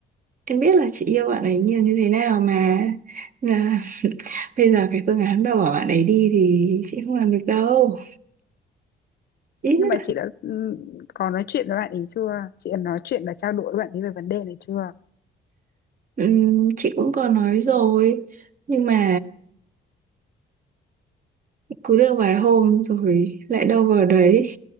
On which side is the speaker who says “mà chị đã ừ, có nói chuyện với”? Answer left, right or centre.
Left